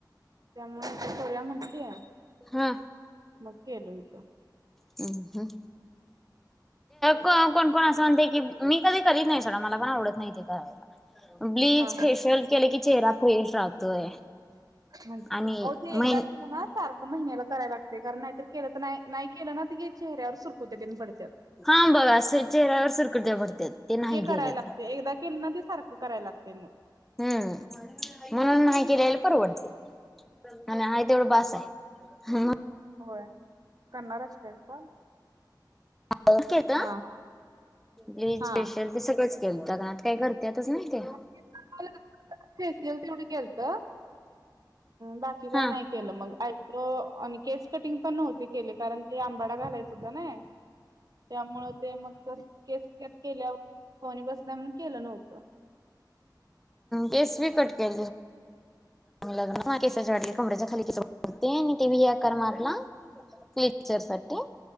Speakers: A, on the right; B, in the centre.
A: त्यामुळे सोर्या म्हटलीय
B: हा
A: मकी्यालोयतो
B: ह ह कोण कोण असं म्हणते की मी कधी करीत नाही सोड मला पण आवडत नाही ते करायला ब्लीच
A: हा
B: फेशियल कला की चेहरा फेश राहतोय
A: म
B: आणि
A: हो ते
B: मै
A: दाखव ना सारखं महिन्याला करायला लागते कारण नाहीतर केलं तर नाही नाही केलं ना त चेहऱ्यावर सुरकुत्या त पडत्यात
B: हा बघा चेहऱ्यावर सुरकुत्या पडतात नाही
A: ते
B: केलं
A: कराय लागत
B: तर.
A: एकदा केल ना ते सारखं करायला लागत तेमु
B: हम्म म्हणून मा क रा्यायला परवडते आणि हा तेवढं बास आहे हा
A: होय करणारच काय पण
B: ओकेता
A: हा
B: ब्लीज
A: हा.
B: स्ेशल तस केता काणात काही करतातच नाही ते
A: फेशियल तेवढी केलत बाकी काय
B: हा
A: नाही केलं मग आणि केस कटिंग पण नव्हती केले कारण ते आंबाडा घालायच होत ना त्यामुळ ते मग केस कट केल्यावर कोणी बस केलं नव्हत
B: केस बी कट के लग केसडली कमड्याच्या खाली तरते आणि ते म या कर मारला क्लचर साठी